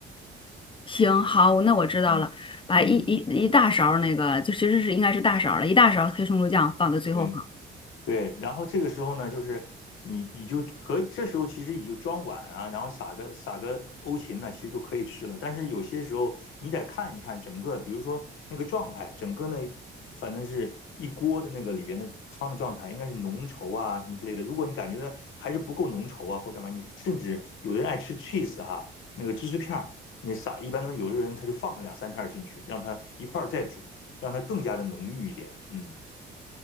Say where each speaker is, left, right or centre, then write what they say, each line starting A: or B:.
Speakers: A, on the left (about 25°); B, on the left (about 85°).
A: 行，好，那我知道了，
B: 嗯嗯，
A: 把一一一大勺儿那个，就其实是应该是大勺儿了，一大勺儿黑松露酱放在最后放，
B: 对，对，然后这个时候呢，就是你你就可以，这时候其实你就装碗啊，然后撒个撒个欧芹呢，其实就可以吃了。但是有些时候你得看一看整个，比如说那个状态，整个呢，反正是一锅的那个里边的汤的状态，应该是浓稠啊什么之类的。如果你感觉到还是不够浓稠啊，或干嘛，你甚至有的人爱吃 cheese 哈，那个芝士片儿，你撒一般都有的人他就放个两三片儿进去，让它一块儿再煮，让它更加的浓郁一点。嗯，